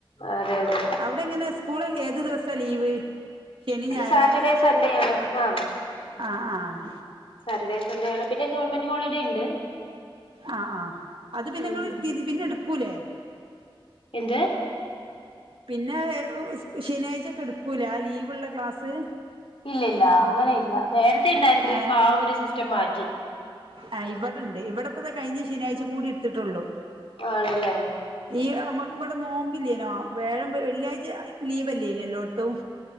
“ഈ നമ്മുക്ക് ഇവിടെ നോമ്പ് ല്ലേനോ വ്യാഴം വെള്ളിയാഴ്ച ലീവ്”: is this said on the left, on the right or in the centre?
Right